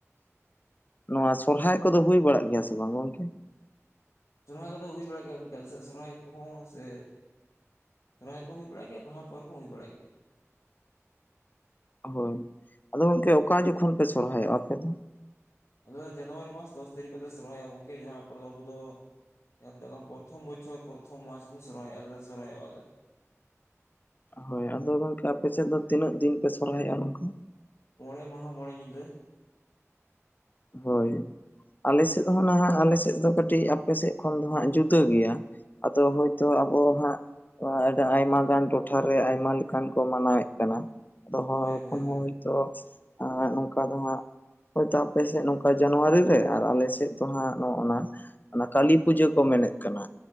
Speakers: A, on the left (about 35°); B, on the left (about 80°).
A: ᱱᱚᱣᱟ ᱥᱚᱨᱦᱟᱭ ᱠᱚᱫᱚ ᱦᱩᱭ ᱵᱟᱲᱟᱜ ᱜᱮᱭᱟ ᱥᱮ ᱵᱟᱝ ᱜᱚᱝᱠᱮ?
B: ᱥᱚᱨᱦᱟᱭ ᱠᱚᱫᱚ ᱦᱩᱭ ᱵᱟᱲᱟᱜ ᱜᱮᱭᱟ ᱜᱚᱝᱠᱮ ᱟᱞᱮ ᱥᱮᱫ ᱥᱚᱨᱦᱟᱭ ᱠᱚᱦᱚᱸ ᱥᱮ ᱦᱚᱨᱦᱟᱭ ᱠᱚ ᱦᱩᱭ ᱵᱟᱲᱟᱜ ᱜᱮᱭᱟ, ᱵᱟᱦᱟ ᱯᱚᱨᱚᱵᱽ ᱦᱚᱸ ᱦᱩᱭ ᱵᱟᱲᱟ ᱜᱮᱭᱟ᱾
A: ᱦᱳᱭ, ᱟᱫᱚ ᱜᱚᱝᱠᱮ ᱚᱠᱟ ᱡᱚᱠᱷᱚᱱ ᱯᱮ ᱥᱚᱨᱦᱟᱭᱚᱜ-ᱟ ᱟᱯᱮ ᱫᱚ?
B: ᱟᱞᱮ ᱫᱚ ᱡᱟᱱᱩᱣᱟᱨᱤ ᱢᱟᱥ ᱫᱚᱥ ᱛᱟᱹᱨᱤᱠᱷ ᱨᱮᱞᱮ ᱥᱚᱨᱚᱦᱚᱨᱟᱭᱚ-ᱟ ᱜᱚᱢᱠᱮ ᱡᱟᱦᱟᱸ ᱯᱚᱨ ᱟᱵᱩ ᱫᱚ ᱡᱟᱦᱟᱸ ᱢᱮᱛᱟᱜ ᱯᱨᱚᱛᱷᱚᱢ ᱵᱚᱪᱷᱚᱨ ᱯᱚᱛᱷᱚᱢ ᱢᱟᱥ ᱵᱚᱱ ᱥᱚᱨᱦᱟᱭᱚᱜ-ᱟ ᱟᱞᱮ ᱫᱚ ᱥᱚᱨᱦᱟᱭ-ᱚᱜ ᱟᱞᱮ᱾
A: ᱦᱳᱭ ᱟᱫᱚ ᱜᱚᱝᱠᱮ ᱟᱯᱮ ᱥᱮᱫ ᱫᱚ ᱛᱤᱱᱟᱹᱜ ᱫᱤᱱ ᱯᱮ ᱥᱚᱨᱦᱟᱭᱚᱜ-ᱟ ᱜᱚᱝᱠᱮ?
B: ᱢᱚᱬᱮ ᱢᱟᱦᱟ ᱢᱚᱬᱮ ᱧᱤᱫᱟᱹ᱾
A: ᱦᱳᱭ ᱟᱞᱮ ᱥᱮᱫ ᱦᱚᱸ ᱱᱟᱦᱟᱜ ᱟᱞᱮ ᱥᱮᱫ ᱫᱚ ᱠᱟᱹᱴᱤᱡ ᱟᱯᱮ ᱥᱮᱫ ᱠᱷᱚᱱ ᱫᱚ ᱦᱟᱸᱜ ᱡᱩᱫᱟᱹ ᱜᱮᱭᱟ᱾ ᱟᱫᱚ ᱦᱳᱭ ᱛᱳ ᱟᱵᱚ ᱦᱟᱸᱜ ᱱᱚᱣᱟ ᱟᱰᱟ ᱟᱭᱢᱟ ᱜᱟᱱ ᱴᱚᱴᱷᱟᱨᱮ ᱟᱭᱢᱟ ᱞᱮᱠᱟᱱ ᱠᱚ ᱢᱟᱱᱟᱣᱮᱫ ᱠᱟᱱᱟ᱾ ᱫᱚᱦᱚ
B: ᱦᱳᱭ
A: ᱦᱚᱯᱚᱱ
B: ᱦᱳᱭ ᱦᱳᱭ
A: ᱦᱚᱸ ᱦᱚᱭ ᱛᱚ ᱮ ᱱᱚᱝᱠᱟ ᱫᱚ ᱦᱟᱸᱜ ᱦᱳᱭ ᱛᱚ ᱟᱯᱮ ᱥᱮᱫ ᱱᱚᱝᱠᱟ ᱡᱟᱱᱩᱣᱟᱨᱤ ᱨᱮ ᱟᱨ ᱟᱞᱮ ᱥᱮᱫ ᱫᱚ ᱦᱟᱸᱜ ᱱᱚᱜ-ᱚᱱᱟ ᱚᱱᱟ ᱠᱟᱹᱞᱤ ᱯᱩᱡᱟᱹ ᱠᱚ ᱢᱮᱱᱮᱫ ᱠᱟᱱᱟ᱾